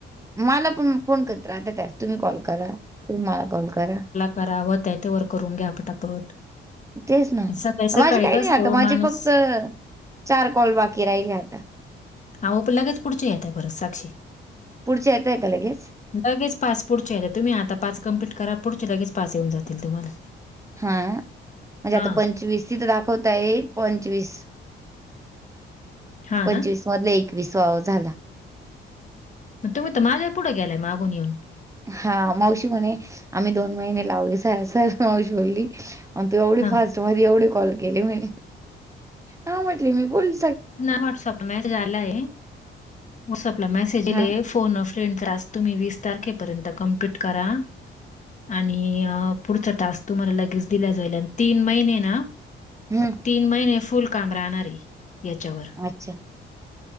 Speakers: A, on the right; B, on the left.
A: मला पण फोन करत राहत्या त्या तुम्ही कॉल करा, तुम्ही मला कॉल करा.
B: करावं होतंय तोवर करून घ्या पटापट.
A: तेच ना
B: सकाळी-सकाळी
A: माझे काही
B: कसं
A: नाही आता
B: हो
A: माझे
B: माणूस
A: फक्त चार कॉल बाकी राहिले आता.
B: आहो पण लगेच पुढच येताय परत साक्षी.
A: पुढचे येताय का लगेच?
B: लगेच पाच पुढचे येतात, तुम्ही आता पाच कम्प्लीट करा पुढचे लगेच पाच येऊन जातील तुम्हाला.
A: हा, म्हणजे
B: हां,
A: आता पंचवीस तिथं दाखवता आहे पंचवीस.
B: हां
A: पंचवीस
B: ना.
A: मधले एकवीस वा झाला.
B: तुम्ही तर माझ्या ही पुढे गेलाय मागून येऊन.
A: हा मावशी म्हणे, आम्ही दोन महिने लावली सस मावशी बोली. आणि तू एवढी
B: हां.
A: फास्ट मध्ये एवढी कॉल केले, मी हा म्हटले मी बोली
B: व्हॉटसअप मॅसेज आलाय व्हॉटसॲप मॅसेज
A: हा
B: इले फोन अ फ्रेंड टास्क तुम्ही वीस तारखेपर्यंत कम्पलीट करा. आणि पुढचा टास्क तुम्हाला लगेच दिला जाईल आणि तीन महिने ना
A: हम्म
B: तीन महिने फुल काम राहणार याच्यावर.
A: अच्छा!